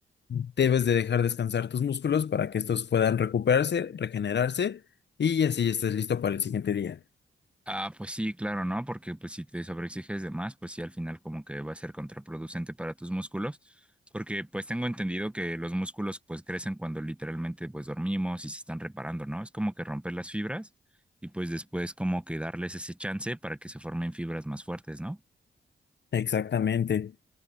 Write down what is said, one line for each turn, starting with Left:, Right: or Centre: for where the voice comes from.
Left: debes de dejar descansar tus músculos para que estos puedan recuperarse, regenerarse y así estés listo para el siguiente día.
Centre: Ah, pues sí, claro, ¿no? Porque pues si te sobreexiges de más, pues sí, al final como que va a ser contraproducente para tus músculos, porque pues tengo entendido que los músculos pues crecen cuando literalmente pues dormimos y se están reparando, ¿no? Es como que romper las fibras y pues después como que darles ese chance para que se formen fibras más fuertes, ¿no?
Left: Exactamente.